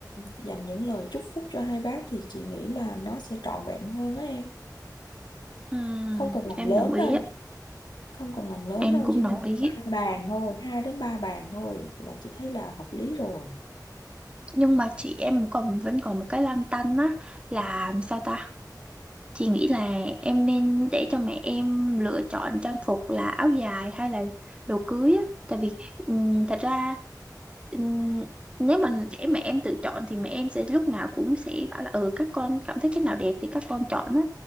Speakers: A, on the left; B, on the right.
A: dành những lời chúc phúc cho hai bác thì chị nghĩ là nó sẽ trọn vẹn hơn á em
B: Ừm,
A: không cần làm
B: em
A: lớn
B: đồng ý
A: đâu
B: á
A: không cần làm lớn
B: em
A: đâu
B: cũng
A: chỉ
B: đồng
A: cần
B: ý
A: ba bàn thôi hai đến ba bàn thôi là chị thấy là hợp lý rồi
B: nhưng mà chị em còn vẫn còn một cái lăn tăn á là sao ta Chị nghĩ là em nên để cho mẹ em lựa chọn trang phục là áo dài hay là đồ cưới á. Tại vì ừm, thật ra ừm, nếu mà để mẹ em tự chọn thì mẹ em sẽ lúc nào cũng sẽ bảo là ừ các con cảm thấy cái nào đẹp thì các con chọn á.